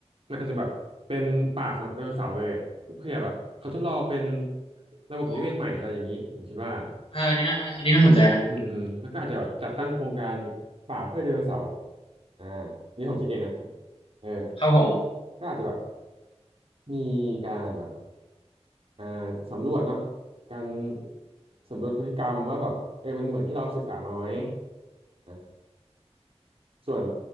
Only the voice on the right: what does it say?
มันอาจจะแบบเป็นป่าสำหรับไดโนเสาร์เลยอะเพื่อแบบเขาทดลองเป็นระบบนิเวศใหม่อะไรอย่างนี้ผมคิดว่า
อืมอืมแล้วก็อาจจะแบบจัดตั้งโครงการป่าเพื่อไดโนเสาร์อ่านี่ผมคิดเองนะเออ
ก็อาจจะแบบ มีการแบบอ่าสำรวจเนาะการสำรวจพฤติกรรมว่าแบบเออมันเหมือนที่เราศึกษามาไหมนะส่วน